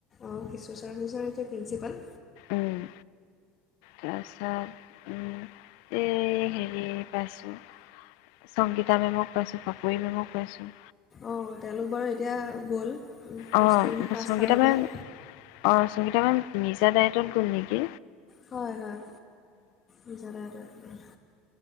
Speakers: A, on the left; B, on the left.
A: অ', কিশো ছাৰ হৈছে এতিয়া প্ৰিন্সিপাল।
B: উম, তাৰপিছত উম, এই হেৰি পাইছোঁ সংগীত। নিতা মে'মক পাইছোঁ, পাপৰি মে'মক পাইছোঁ।
A: অ', তেওঁলোক বাৰু এতিয়া গ'ল। পষ্টিং
B: অ',
A: ট্ৰান্সফাৰ
B: সংগীতা
A: হৈ
B: মেম
A: পেলাই
B: অ', চ তিনিটামান নিজা দায়ত্বত গ'ল নেকি? কি?
A: হয়, হয় নিজাদায়ত্বত উম,